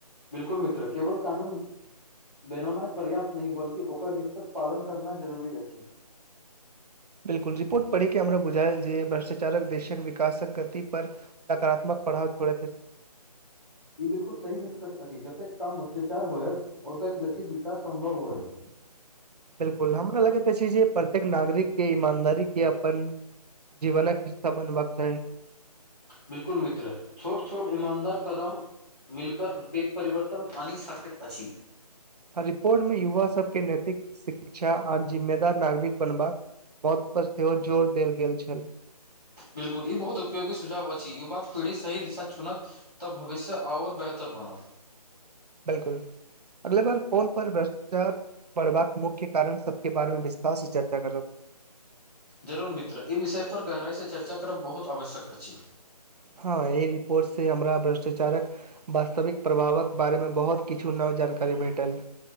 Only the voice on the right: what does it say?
बिल्कुल रिपोर्ट पढ़िकेऽ हमरा बुझाएल जे भ्रष्टाचारक देशक विकासक गतिपर नकारात्मक पढ़ाव छोड़ैत अछि
बिल्कुल हमरा लगैत अछि जे प्रत्येक नागरिक के ईमानदारी के अपन जीवनके हिस्सा बनबाक चाही
रिपोर्ट मे युवा सबके नैतिक शिक्षा आ जिम्मेदार नागरिक बनबाक मौत पर सेहो जोर देल गेल छल
बिलकुल अगला बार फोन पर भ्रष्टाचार पढ़बाक मुख्य कारण सबके बारे मे विस्तार से चर्चा करब
हँ ई रिपोर्ट से हमरा भ्रष्टाचारक वास्तविक प्रभावक बारेमे बहुत किछु नव जानकारी भेटल